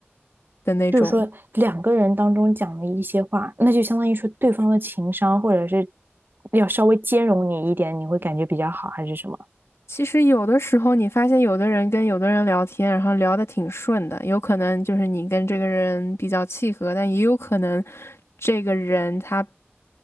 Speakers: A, on the left; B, on the right.
A: 的那种。
B: 就是说两个人当中讲的一些话，那就相当于说对方的情商或者是要稍微兼容你一点，你会感觉比较好还是什么？
A: 其实有的时候，你发现有的人跟有的人聊天，然后聊得挺顺的，有可能就是你跟这个人比较契合，但也有可能这个人他